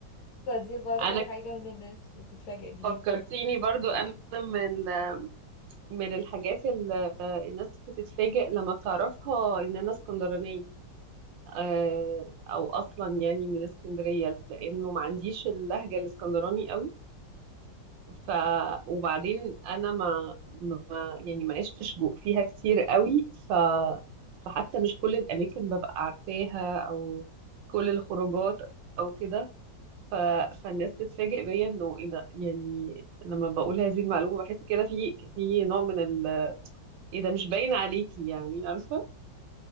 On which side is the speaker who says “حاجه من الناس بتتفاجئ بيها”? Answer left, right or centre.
Left